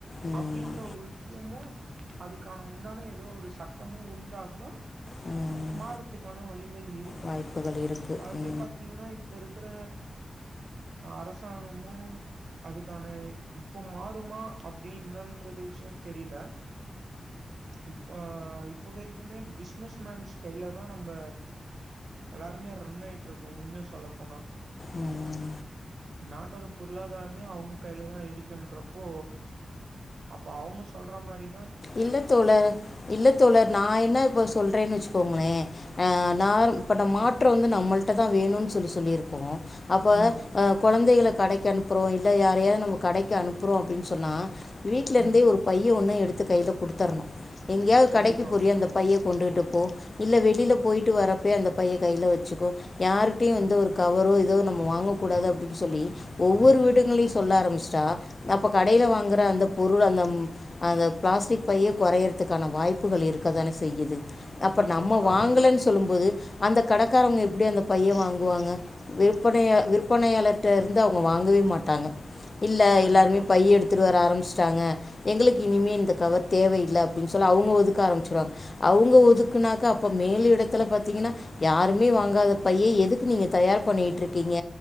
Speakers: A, on the left; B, on the right.
A: ம்
B: அப்டின்ற ஒரு விஷயமு அதுக்கான உண்டான ஏதோ ஒரு சட்டமு உண்டாக்னா
A: ம்
B: மார்றதுக்கான வழிகள் இருக்கு.
A: வாய்ப்புகள்
B: ச்ச
A: இருக்குது
B: கால்ஸே பாத்தீங்கனா இப்ப இருக்குற அரச சாங்கமு அதுக்கான இப்பொ மாறுமா அப்படி எனன்றது விஷயோ தெரில. இப் ஆ இப்ப வெரைக்கிமே பிசினஸ் மேன்ஸ் கைலதா நம்ப எல்லாருமே ரன் ஆயிட்டு இருக்கோ. உண்மய சொல்லப்போனா
A: உஹ்ம்
B: நாட்டோட பொருளாதாரமே அவுங்க கையிலதா இருக்குன்றப்போ அப்ப அவுங்க சொல்ற மாரி
A: இல்ல தோழர் இல்ல தோழர் நா என்ன இப்ப சொல்றேனு வச்சுக்கோங்களே. ஆஹ் நான் இப்ப மாற்றோ வந்து நம்மள்ட்டதா வேணுன் சொல்லி சொல்லிருக். கோ அப்ப
B: ம்
A: அ கொழந்தைகள கடைக்கு அனுப்றோ இல் த யாரையாது நம்ம கடைக்கு அனுப்புறோ அப்படின் சொன்னா வீட்ல இருந்தே
B: ம்
A: ஒரு பைய ஒண்ண எடுத் து கைல குடுத் தர்ணு. எங்கயாது
B: கண்டிப்பா
A: கடைக்கு போரியா இந்த பைய கொண்டுட்டு போ. இல்ல வெளில போய்ட்டு வரப்பயே அந்த பைய கையில வெச்சுக்கோ. யாருட்டியு வந்து
B: ம்
A: ஒரு கவரோ ஏதோ நம் வாங்கக்கூடாது அப்படின் சொல்லி ஒவ்வொரு வீடுகளியு சொல்ல ஆரம்பிச்சிட்டா, அப்ப கடைல வாங்கற அந்த பொருள் அந்த ம் அந்த பிளாஸ்டிக் பையே கொறையறதுக்கான வாய்ப்புகள் இருக்க தான செய்யுது. அப்ப
B: கண்டிப்பா
A: நம்ம வாங்கலேன்னு
B: ஓ
A: சொல்லும்போது அந்த கடைக்காரவங்க எப்டி அந்த பைய வாங்குவாங்க? விற்பனைய விற்பனையாளர்கிட்ட இருந்து அவங்க வாங்கவே மாட்டாங்க. இல்ல
B: கண்டிப்பா
A: எல்லாருமே பை எடுத்துட்டு வர ஆரம்பி ட்டாங்க எங்களுக்கு இனிமே இந்த கவர் தேவையில்லை அப்படின்னு சொல்லி அவங்க ஒதுக்க ஆரம்பிச்சடுவாங்க அவங்க ஒதுக்குனாக்க அப்ப மேல இடத்துல பார்த்தீங்கன்னா யாருமே வாங்காத பையை எதுக்கு நீங்க தயார் பண்ணிட்டு இருக்கீங்க